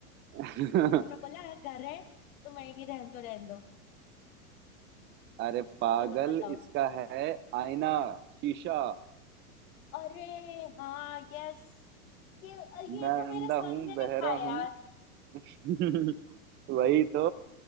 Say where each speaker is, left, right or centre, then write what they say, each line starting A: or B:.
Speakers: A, on the right (about 25°); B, on the left (about 65°).
A: <laughs>
B: फिर तुमने बोला "हाँ, घर है तो मैं कि रहने दो रहने दो
A: अरे पागल
B: चलो बताओ
A: इसका है आईना शीशा
B: अरे हाँ यस ये ये
A: मैं
B: तो
A: अंधा
B: मेरे सामने
A: हूँ बहरा
B: रखा है यार
A: हूँ <laughs> वही तो